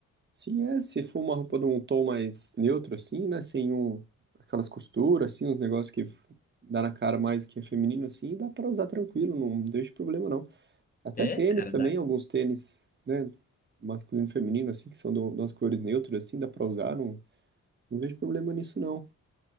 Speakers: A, on the right; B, on the left.
A: Sim, é. Se for uma roupa de um tom mais neutro, assim, né? Sem um, aquelas costuras, assim, uns negócios que dá na cara mais que é feminino, assim, dá pra usar tranquilo, não deixa problema, não. Até
B: É,
A: tênis
B: cara,
A: também,
B: dá.
A: alguns tênis, né? Masculino e feminino, assim, que são do- das cores neutras, assim, dá pra usar. Não, não vejo problema nisso, não.